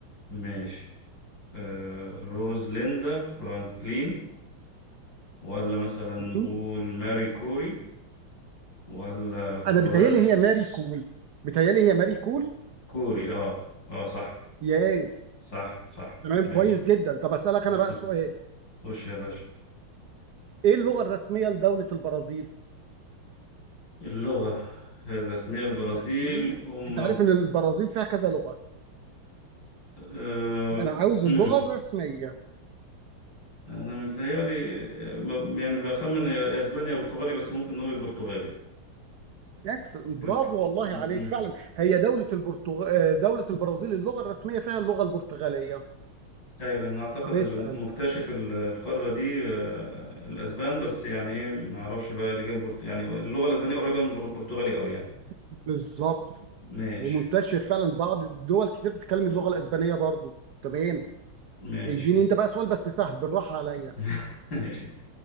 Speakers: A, on the left; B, on the right.
A: ماشي آه، روز ليندا فرانكلين ولا مثلا نقول
B: م-
A: ماري كوري ولا فلورنس
B: انا بيتهيألي هي ماري كول بيتهيألي هي ماري كول
A: كوري اه اه صح
B: ياس
A: صح صح
B: تمام
A: ماشي
B: كويس جدا طب اسالك
A: ده
B: انا
A: شو.
B: بقى سؤال
A: خش يا باشا
B: ايه اللغه الرسميه لدوله البرازيل
A: اللغة الرسمية للبرازيل
B: الرسميه
A: أم
B: انت عارف ان البرازيل فيها كذا لغه
A: أه...
B: انا عاوز
A: مم.
B: اللغه الرسميه
A: انا متهيألي آه، ب- يعني بخمن يا اسبانيا يا برتغالي بس ممكن نقول البرتغالي
B: اكسل برافو
A: ك- ك-
B: والله
A: مم.
B: عليك فعلا هي دوله البرتغ... آه، دوله البرازيل اللغه الرسميه فيها اللغه البرتغاليه
A: اي لان اعتقد
B: طب
A: اللي
B: اسال
A: مكتشف ال- القاره دي آه، الاسبان بس يعني ايه ما اعرفش بقى اللي جاب البرت... يعني اللغه الاسبانيه قريبه من البرتغالي قوي يعني
B: بالظبط
A: ماشي
B: ومنتشر فعلا بعض الدول كتير بتتكلم اللغه الاسبانيه برضو تمام
A: ماشي
B: اديني انت بقى سؤال بس سهل بالراحه عليا
A: <laughs> ماشي